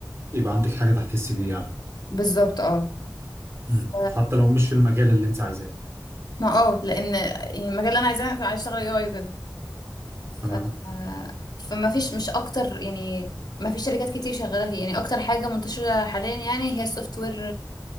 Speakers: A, on the right; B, on the left.
A: يبقى عندك حاجه تحت السي في يعني
B: بالظبط اه ف...
A: امم حتى لو مش في المجال اللي انت عايزاه
B: ما اه لان يعني المجال اللي انا عايزاه كنت عايزه اشتغل اي اي وكده ف...
A: تمام
B: فما فيش مش اكتر يعني ما فيش شركات كتير شغاله فيه يعني اكتر حاجه منتشره حاليا يعني هي السوفت وير